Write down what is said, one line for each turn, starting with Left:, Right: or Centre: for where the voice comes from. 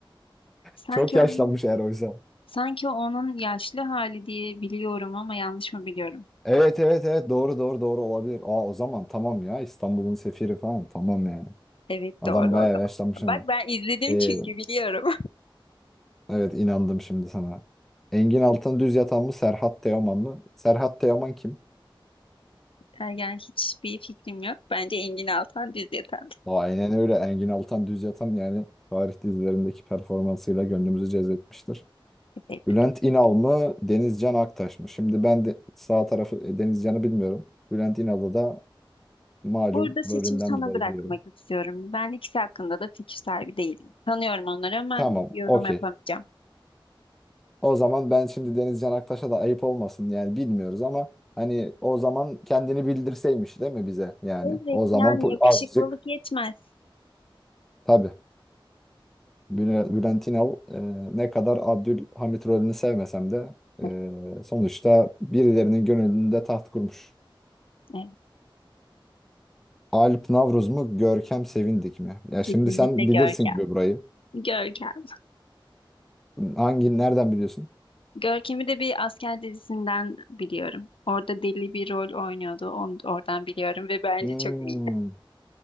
Centre: <laughs>
Left: Sanki
Centre: Çok yaşlanmış
Left: onun
Centre: eğer oysa.
Left: sanki onun yaşlı hali diye biliyorum ama yanlış mı biliyorum?
Centre: Evet evet evet doğru doğru doğru olabilir. Aa o zaman tamam ya İstanbul'un sefiri falan tamam yani.
Left: Evet
Centre: Adam
Left: doğru
Centre: bayağı
Left: o zaman.
Centre: yaşlanmış
Left: Bak
Centre: ama.
Left: ben izledim
Centre: Ee,
Left: çünkü biliyorum. <laughs>
Centre: evet inandım şimdi sana. Engin Altan Düz Yatan mı Serhat Teoman mı? Serhat Teoman kim?
Left: Yani hiçbir fikrim yok. Bence Engin Altan Düz Yatan.
Centre: Aa, aynen öyle Engin Altan Düz Yatan yani tarih dizilerindeki performansıyla gönlümüzü cezbetmiştir.
Left: Evet.
Centre: Bülent İnal mı Denizcan Aktaş mı? Şimdi ben de sağ tarafı e, Denizcan'ı bilmiyorum. Bülent İnal'ı da malum
Left: Burada seçimi
Centre: rolünden
Left: sana
Centre: dolayı
Left: bırakmak
Centre: biliyorum.
Left: istiyorum. Ben ikisi hakkında da fikir sahibi değilim. Tanıyorum onları ama
Centre: Tamam
Left: yorum
Centre: okey.
Left: yapamayacağım.
Centre: O zaman ben şimdi Deniz Can Aktaş'a da ayıp olmasın yani bilmiyoruz ama hani o zaman kendini bildirseymiş değil mi bize yani
Left: Evet
Centre: o zaman
Left: yani
Centre: po-
Left: yakışıklılık
Centre: azıcık
Left: yetmez.
Centre: tabii Bül- Bülent İnal e, ne kadar Abdülhamit rolünü sevmesem de
Left: <laughs>
Centre: e, sonuçta birilerinin gönlünde taht kurmuş.
Left: Evet,
Centre: Alp Navruz mu Görkem Sevindik mi? Ya şimdi
Left: kesinlikle
Centre: sen
Left: Görkem.
Centre: bilirsin gibi burayı.
Left: Görkem.
Centre: Hangi nereden biliyorsun?
Left: Görkem'i de bir asker dizisinden biliyorum. Orada deli bir rol oynuyordu. Onu, oradan biliyorum ve bence
Centre: Hmm.
Left: çok iyiydi.